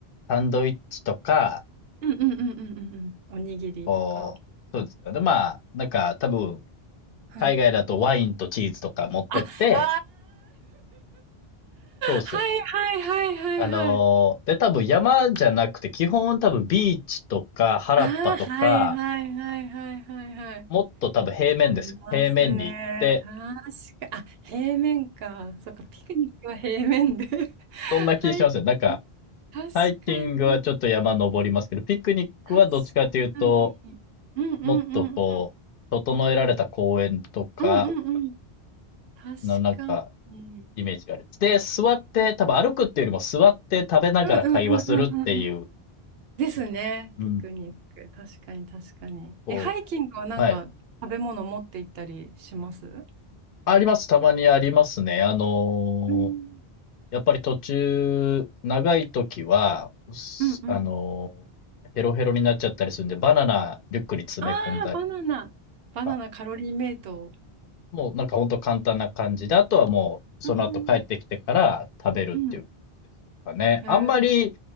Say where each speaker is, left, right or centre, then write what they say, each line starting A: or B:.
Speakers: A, on the left; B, on the right.
A: サンドイッチとか、
B: うんうんうんうんうんうん。おにぎりとか。
A: こう、そうですよね。まあ、なんか多分
B: うん。
A: 海外だとワインとチーズとか持ってって、
B: あ、ああー <laughs>
A: そうですよね。
B: はいはいはいはいはい。
A: あのーで多分山じゃなくて基本多分ビーチとか原っぱとか、
B: ああ、はいはいはいはいはいはい。
A: もっと多分平面ですよね。
B: ありますね。
A: 平面に行って、
B: 確か、あ、平面か。そっか、ピクニックは平面で。<laughs>
A: そんな気しますよ。
B: はい。
A: なんか、
B: 確かに、
A: ハイキングはちょっと山登りますけど、ピクニックはどっちかというと、
B: 確かに。うんうんうん。
A: もっとこう、整えられた公園とか
B: うんうんうん。確かに。
A: のなんか、イメージがあります。で、座って、多分歩くっていうよりも座って食べながら会話するっていう、
B: うんうんうんうんうんうん。ですね。
A: うん、
B: ピクニック。確かに確かに。
A: こ
B: え、ハイキングはなんか食べ物持って行ったりします
A: う、はい。あります。たまにありますね。あのー
B: うん
A: やっぱり途中、長い時は、すあのーヘロヘロになっちゃったりするんで、
B: うんうん
A: バナナリュックに詰め込んだりと
B: ああ、バナナ。バナナカロリーメイト。
A: かもうなんかほんと簡単な感じで、あとはもうその後帰ってきてから食べるっていう
B: うん。うん。
A: かね。
B: へえ。
A: あんまり